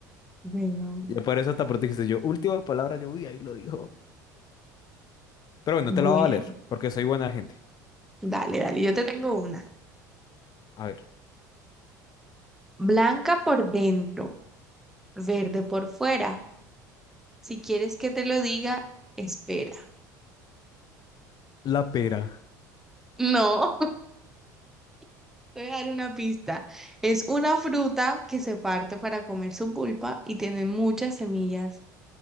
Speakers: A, in the centre; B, on the left.
A: Bueno,
B: Y por eso tan pronto dijiste yo, última palabra, yo, uy, ahí lo dijo. Pero bueno,
A: bueno,
B: te la voy a valer, porque soy buena gente.
A: dale, dale, yo te tengo una.
B: A ver,
A: Blanca por dentro, verde por fuera. Si quieres que te lo diga, espera.
B: la pera,
A: No, <laughs> te voy a dar una pista. Es una fruta que se parte para comer su pulpa y tiene muchas semillas